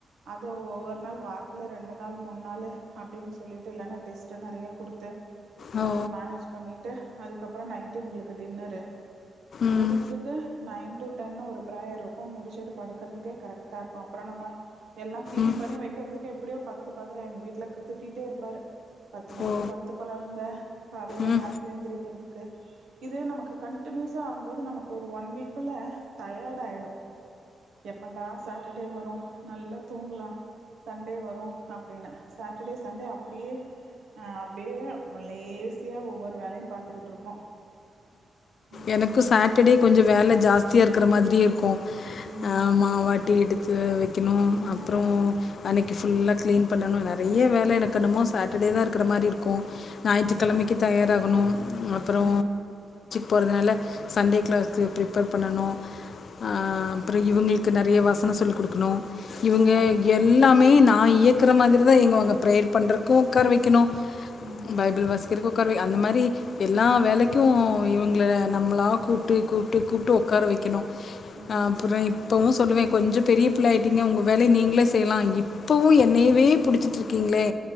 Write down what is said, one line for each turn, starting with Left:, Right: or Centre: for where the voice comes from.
Right: அது ஒவ்வொரு நாள் வாரத்ல ரெண்டு நாள் மூனு நாள் அப்டின்னு சொல்லிட்டு இல்லன்னா டெஸ்டு நெறயா குடுத்து
Left: ஓ
Right: அத மேனேஜ் பண்ணிட்டு அதுக்கப்றோ நைட்டு இவுங்களுக்கு க்கு டின்னரு
Left: ம்
Right: முடுச்சுட்டு நைன் டு டென் ஒரு பிரேயர் இருக்கு முடிச்சுட்டு படுக்குறதுக்கு கரெக்டா இருக்கு அப்றோ நம்ம எல்லா க்ளீன்
Left: ம்
Right: பண்ணி வைக்கிறதுக்கே அப்டியோ பத்து பாத்திரம் எங்க வீட்ல குத்துட்டிட்டே இருப்பாரு பத்து மணிக்கு
Left: ஓ
Right: படுத்து பழகுங்க காலையில்
Left: ம்
Right: நேரத்துல எந்திரிக்குறதுக்கு நமக்கு கண்டிநியூஸா ஆகும்போது நமக்கு ஒரு ஒன் வீக்குள்ள டயடு ஆயிடும் எப்பன்டா சட்டர்டே வரும் நல்ல தூங்கலாம் சண்டே வரும் அப்டினு சட்டர்டே சண்டே அப்டியே அப்டியே லேசியா ஒவ்வொரு வேலையும் பாத்துகிட்டு இருப்போம் ம்.
Left: எனக்கு சட்டர்டே
Right: அ
Left: கொஞ்சம் வேலை ஜாஸ்தியா இருக்கிற மாதிரியே இருக்கும்
Right: ம் ம்
Left: அ மாவு ஆட்டி எடுத்து வை வைக்கனு
Right: ம் ம்
Left: அப்றோ அன்னைக்கு ஃபுல்லா க்ளீன் பண்ணணும் நெறைய வேலை எனக்கு என்னமோ சட்டர்டே தா இருக்கிற மாரி இருக்கும் ஞாயிற்றுக்கிழமைக்கு
Right: ம் ம்
Left: தயாராகணும் அப்றோ
Right: ம் ம் ம் ம் ம்
Left: போறதுனால சண்டே கிளஸ்க்கு ப்ரிப்பர் பண்ணணு ஆ அப்றோ இவங் நெறைய வாசன சொல் குடுக்கணும் இவங்க
Right: ம்ஹும்
Left: எல்லாமே நா நா இயக்குற மாரிதான் எங்க அவங்க ப்ரேயர் பண்றக்கு உக்கார வைக்கணும்
Right: ம்
Left: பைபில் வாசிக் உக்கார வை அந்த மாரி எல்லா வேலைக்கு இவங்கள நம்ளா கூப்பிட்டு கூப்பிட்டு கூப்பிட்டு உக்கார வைக்கணும் அ
Right: ம்
Left: அப்றோ இப்பவும் சொல்லுவேன் கொஞ்சம் பெரிய பிள்ளை ஆகிட்டிங்க உங்க வேலைய நீங்களே செய்யலாம் இப்போவும் என்னவே பிடிச்சிட்டு இருக்கீங்களே